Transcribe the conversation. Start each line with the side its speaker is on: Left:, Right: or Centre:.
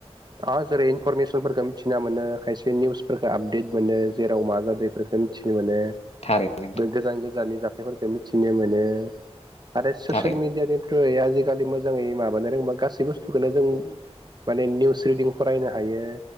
Right: दा जेरै इनफरमेसनफोरखौ मिथिना मोनो खायसे निउसफोरखौ आपडेट मोनो जेराव मा जादों इफोरखौ मिथिनो मोनो
Left: थारैनो नोंथां
Right: गोजान गोजाननि जाथ मेथाइफोरखौ मिथिनो मोनो आरो ससियेल
Left: थारैनो
Right: मिडियानि आजिखालि मोजाङै माबानो रोङोब्ला गासै बुस्थुखौनो जों माने निसजफोराव ट्रेदिं फरायनो हायो